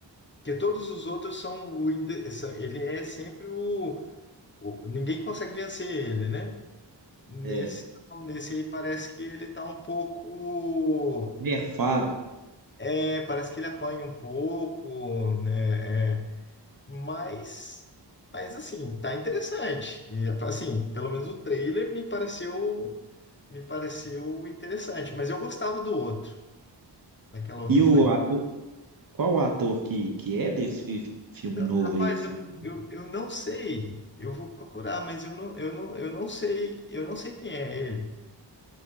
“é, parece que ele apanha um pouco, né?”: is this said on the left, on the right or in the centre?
Left